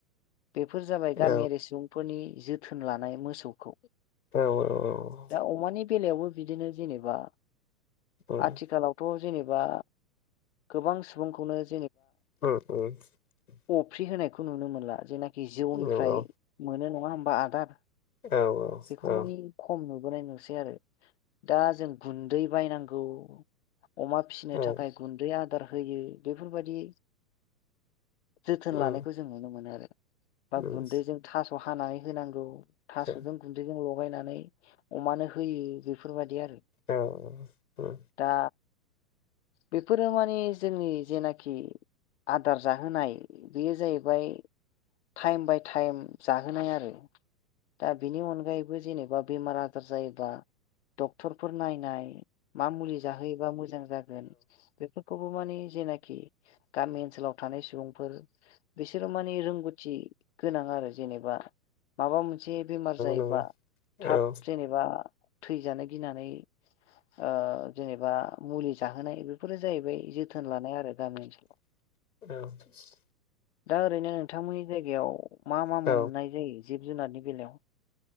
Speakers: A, on the left; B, on the left.
A: बेफोर जाबाय गामियारि
B: औ
A: सुबुंफोरनि जोथोन लानाय मोसौखौ
B: औ औ
A: दा अमानि बेलायावबो बिदिनो जेनेबा
B: उम
A: आथिखालावथ' जेनेबा गोबां सुबुंखौनोज
B: <unintelligible>
A: अफि होनायखौ नुनो मोनला जेनाखि जिउनिफ्राय
B: नंगौ
A: मोनो नङा होमबा आदार
B: औ
A: बेखौ
B: औ
A: मानि खम नुट बोनाय नुसै आरो दा जों गुन्दै बायनांगौ अमा फिसिनो
B: औ
A: थाखाय गुन्दै आदार होयो बेफोरबायदि जोथोन
B: उम
A: लानायखौ
B: औ
A: जों नुनो मोनो आरो बा
B: उम
A: गुन्दैजों
B: उम
A: थास' हानानै होनांगौ थास'जों
B: औ उम
A: गुन्दैजों लगायनानै अमानो होयो बेफोरबायदि आरो
B: औ-औ
A: दा बेफोरो माने जोंनि जेनाखि आदार जाहोनाय बेयो जाहैबाय टाइम बाय टाइम जाहोनाय आरो दा बिनि अनगायैबो जेनेबा बेमार आजार जायोबा डक्टरफोर नायनाय मा मुलि जाहोयोबा मोजां जागोन बेफोर खौबो माने जेनाखि गामि ओनसोलाव थानाय सुबुंफोर बिसोरो माने रोंगौथि गोनां आरो जेनेबा माबा मोनसे बेमार जायोबा
B: नंगौ औ
A: थाब जेनेबा थैजानो गिनानै ओ जेनेबा मुलि जाहोनाय बेफोरो जाहैबाय जोथोन लानाय आरो गामि ओनसोलाव।
B: औ।
A: दा ओरैनो नोंथांमोननि जायगायाव मा मा
B: औ
A: मोननाय जायो जिब जुनारनि बेलायाव?